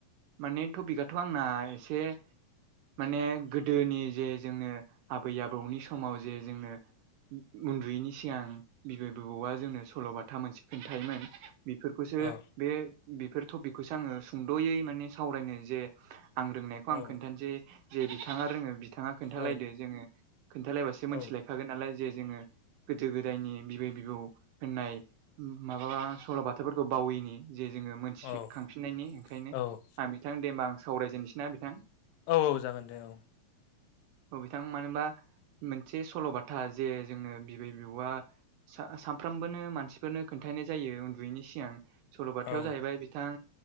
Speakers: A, on the right; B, on the left.
A: माने टपिकआथ' आंना एसे माने गोदोनि जे जोंनो आबै आबौनि समाव जे जोंनो उनदुयैनि सिगां बिबै बबौआ जोंनो सल'बाथा मोनसे खोन्थायोमोन बेफोरखौसो
B: औ
A: बे बेफोर टपिकखौसो आङो सुंद'यै माने सावरायनो जे आं रोंनायखौ
B: औ
A: आं खोनथानोसै जे बिथाङा रोङो बिथाङा खोनथालायदो
B: औ
A: जोङो खोनथालायबासो
B: औ
A: मोनथिलायखागोन नालाय जे जोङो गोदो गोदायनि बिबै बिबौ होननाय माबा सल'बाथाफोरखौ बावैनि जे जोङो मोनसे
B: औ
A: फिननायनि ओंखायनो
B: औ
A: आं बिथां दे होनबा आं सावरायजेननोसैना बिथां <inaudible>
B: औ औ जागोन दे औ
A: औ बिथां मानो होनबा मोनसे सल'बाथा जे जोंङो बिबै बिबौया साफ्रोमबोनो मानसिफोरनो खोनथानाय जायो उनदुयैनि सिगां सल'बाथायाव
B: औ
A: जाहैबाय बिथां